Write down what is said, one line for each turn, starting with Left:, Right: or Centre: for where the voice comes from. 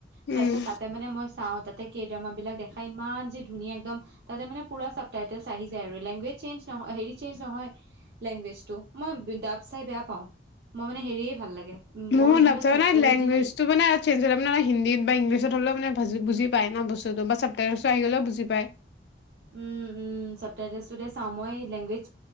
Right: তাৰপিছত
Left: উম
Right: তাতে মানে মই। চাওঁ। তাতে কেইড্ৰামা বিলাক দেখাইমা ধুনীয়া একদম তাতে মানে। পুৰা চাবটাইটলছ আহি যায় আৰু লগেজ চেঞ্জ ন হেৰি চেঞ্জ নহয় লেংগুৱেজ টো। মই ডাব চাই বেয়া পাওঁ মই মানে হেৰিয়ে ভাল লাগে।
Left: মহ
Right: অৰিজিনেল
Left: লা
Right: অৰিজিনেল
Left: লেংগুৱেজটো মানে চে্জ হৈ ন হিন্দীত বাংলিছত হলে মানে ভাজো বুজি পাই ন বস্তুতটো বা চাপ্তাইছো আহি গ'লেও বুজি পায়।
Right: উম। উাহ চাওঁ মই লংগেজ।